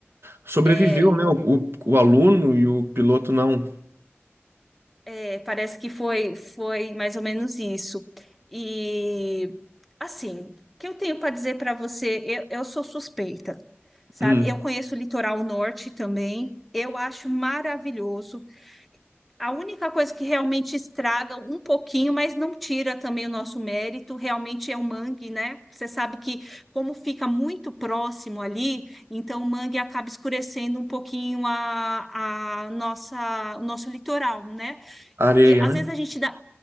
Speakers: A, on the right; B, in the centre.
A: Sobreviveu,
B: É,
A: né? O, o aluno e o piloto não.
B: é, parece que foi, foi mais ou menos isso. E assim, o que eu tenho para dizer para você? Eu, eu sou suspeita, sabe?
A: Hum,
B: Eu conheço o litoral norte também. Eu acho maravilhoso. A única coisa que realmente estraga um pouquinho, mas não tira também o nosso mérito, realmente é o mangue, né? Você sabe que como fica muito próximo ali, então o mangue acaba escurecendo um pouquinho a, a nossa, o nosso litoral, né?
A: areia,
B: E às
A: né?
B: vezes a gente dá,